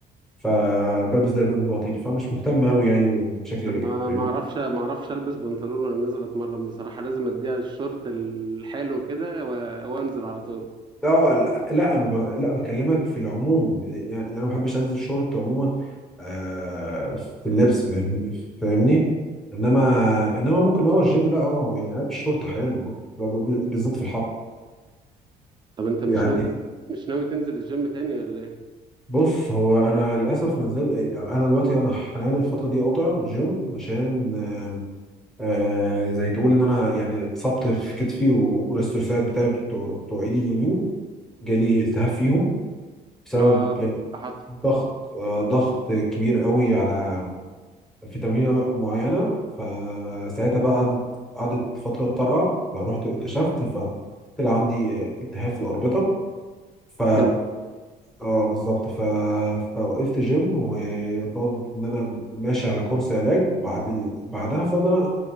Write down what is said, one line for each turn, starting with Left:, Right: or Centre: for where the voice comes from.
Centre: فبلبس دايما بنطلون فمش مهتم قوي يعني بشكل
Right: انا
Centre: رجلي فاهمني
Right: ما اعرفش ما اعرفش البس بنطلون وانا نازل اتمرن بصراحه لازم اديها الشورت الحلو كده و- وانزل على طول
Centre: اه لا لا ما ب- لا بكلمك في العموم يعني يعني انا ما بحبش انزل شورت عموما آه في اللبس فاهم- فاهمني انما انما ممكن اه الجيم لا اه يعني لابس شورت احيانا اه لو ب- ب- بالذات في الحر
Right: طب انت مش
Centre: يعني
Right: ناوي تن... مش ناوي تنزل الجيم تاني ولا ايه
Centre: بص هو انا للاسف ما نزل انا دلوقتي انا حاليا الفتره دي قاطع جيم عشان آه آه، زي تقول ان انا يعني اتصبت في كتفي والريستوسايد بتاعي بتوع بتوع ايدي اليمين جالي التهاب فيهم بسبب
Right: اه
Centre: يعني
Right: حصل
Centre: ضغط آه، ضغط كبير قوي على في تمرينة معينة فساعتها بقى قعدت قعدت فترة طرقع فروحت كشفت فطلع عندي آه، التهاب في الأربطة ف
Right: انت
Centre: اه بالظبط ف... فوقفت جيم وفرض ان انا ماشي على كورس علاج بعد ال... بعدها فرض ان انا